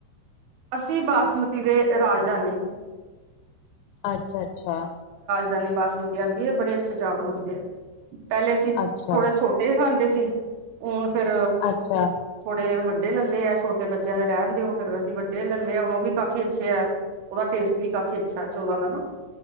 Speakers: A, on the right (about 70°); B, on the left (about 80°).
A: ਅਸੀਂ ਬਾਸਮਤੀ ਦੇ ਰਾਜਦਾਨੀ।
B: ਅੱਛਾ ਅੱਛਾ।
A: ਦਾਨੀ ਬਾਸਮਤੀ ਆਉਂਦੀ ਹੈ ਬੜੇ ਅੱਛੇ ਚਾਵਲ ਹੁੰਦੇ ਆ, ਪਹਿਲੇ ਅਸੀਂ
B: ਅੱਛਾ,
A: ਥੋੜੇ ਛੋਟੇ ਹੀ ਖਾ- ਦੇ ਸੀ, ਹੁਣ ਫੇਰ
B: ਅੱਛਾ,
A: ਥੋੜੇ ਵੱਡ- ਵੱਡੇ ਲੈਲੇ ਆ, ਛੋਟੇ ਬੱਚਿਆਂ ਦੇ ਰਹਿਣਓ ਫਿਰ ਅਸੀਂ ਵੱਡੇ ਲੈਲੇ ਹੁਣ ਉਹ ਵੀ ਕਾਫ ਅੱਛੇ ਆ। ਉਹਦਾ ਟੇਸਟ ਵੀ ਕਾਫ਼ੀ ਅੱਛਾ ਚੋਲਾਂ ਦਾ ਨਾ-